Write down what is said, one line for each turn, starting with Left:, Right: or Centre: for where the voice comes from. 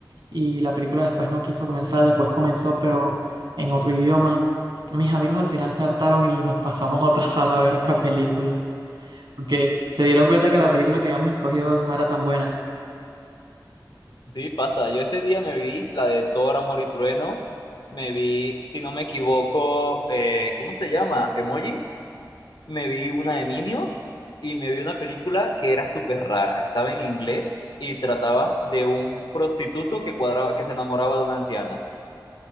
Right: y la película después no quiso comenzar, después comenzó pero en otro idioma. Mis amigos al final se hartaron y nos pasamos a otra <laughs> sala a ver otra película, porque se dieron cuenta que la película que habíamos escogido no era tan buena.
Left: Sí, pasa. Yo ese día me vi la de Thor, Amor y Trueno. Me vi, si no me equivoco, eh, ¿cómo se llama? ¿Emoji? Me vi una de Minions y me vi una película que era súper rara. Estaba en inglés y trataba de un prostituto que cuadraba, que se enamoraba de una anciana.